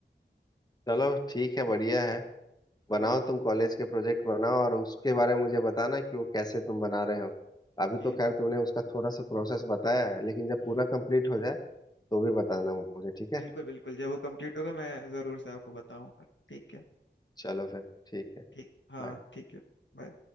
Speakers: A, on the left (about 20°); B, on the left (about 80°).
A: चलो ठीक है बढ़िया है
B: हाँ
A: बनाओ तुम कॉलेज के प्रोजेक्ट बनाओ और उसके बारे में मुझे बताना कि वो कैसे तुम बना रहे हो अभी
B: जी
A: तो खैर तुमने उसका थोड़ा सा प्रोसेस बताया है लेकिन जब
B: हम्म
A: पूरा कंप्लीट हो जाए तो भी बताना मुझे ठीक है
B: बिल्कुल बिल्कुल जब वो कंप्लीट होगा मैं जरूर से आपको बताऊंगा ठीक है
A: चलो फिर ठीक है
B: ठीक हाँ
A: bye।
B: ठीक है bye।